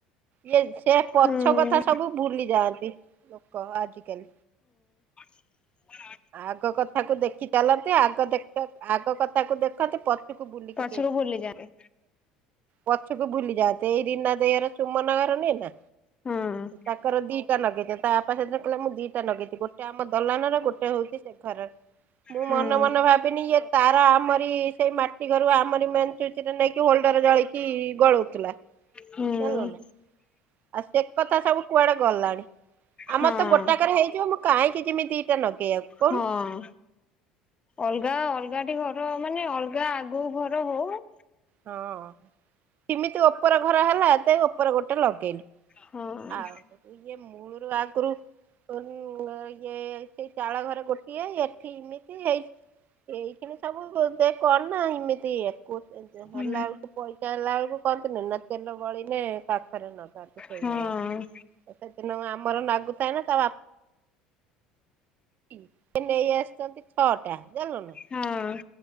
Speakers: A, on the right; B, on the left.
A: ଇଏ ସେ ପଛ
B: ହୁଁ
A: କଥା ସବୁ ଭୁଲି ଯାଆନ୍ତି। କହ ଆଜି କାଲି।
B: ହଁ।
A: ଆଗ କଥାକୁ ଦେଖି ଚାଲନ୍ତି ଆଗ ଦେଖ ଆଗ କଥାକୁ ଦେଖନ୍ତି ପଛୁକୁ ବୁଲିକି।
B: ଛୁକୁ ଭୁଲି ଯାଆନ୍ତି।
A: ପଛୁକୁ ଭୁଲି ଯାଆନ୍ତି ଏଇ ରିନା ଦେଇ ଘର ଚୁମନା ଘର ନୁହେଁ ନା?
B: ହୁଁ
A: ତାଙ୍କର ଦିଟା ନଗେଇଚନ୍ତି ତା ବାପା ସେଦିନ କହିଲା ମୁଁ ଦିଟା ନଗେଇଚି ଗୋଟେ ଆମ ଦଲାନାର ଗୋଟେ ହଉଚି ସେ ଏ ଘର ମୁଁ
B: ହୁଁ
A: ମନେ ମନେ ଭାବିନି ଇଏ ତାର ଆମରି ସେଇ ମାଟି ଘରୁ ଆ ମରି ମେନ୍ ସୁଇଚରେ ନେଇକି ହୋଲଡର ଜଳେଇକି ଗଳଉଥିଲା।
B: ହୁଁ
A: ଜାଣିଲ ନା? ଆଉ ସେ କଥା ସବୁ କୁଆଡେ ଗଲାଣି।
B: ହଁ
A: ଆମର ତ ଗୋଟାକରେ ହେଇଯିବ ମୁଁ କାହିଁକି ଯିମି ଦିଟା ନଗେଇ ଆକୁ କହୁନୁ।
B: ହଁ ଅଲଗା ଅଲଗା ଟି ଘର ମାନେ ଅଲଗା ଆଗୁକୁ ଘର ହଉ।
A: ହଁ ସିମିତି ଓପର ଘର ହେଲା ତେ ଓପର ଗୋଟେ ଲଗେଇଲି।
B: ହଁ।
A: ଆଉ ୟେ ମୁଳୁରୁ ଆଗୁରୁ ଶୋଉ ଆ ଇଏ ସେଇ ଚାଳ ଘରେ ଗୋଟିଏ ଏଠି ଇମିତି ହେଇ ଏଇ ଖିଣି ସବୁ ଦେ କର ନା ଇମିତି ଇଏ କହୁଚନ୍ତି। ଯୋଉ
B: ହୁଁ
A: ହେଲା ବେଳକୁ ପଇସା ହେଲା ବେଳକୁ କହନ୍ତିନି ନା ତେଲ ବଳିଲେ କାଖରେ ନଗାନ୍ତୁ ସେଇଭଳିଆ।
B: ହଁ
A: ଏ ସେଦିନ ଆମର ନାଗୁଥାଏ ନା ତା ବା ସେ ନେଇ ଆସିଚନ୍ତି ଛଅଟା ଜାଣିଲୁ ନା?
B: ହଁ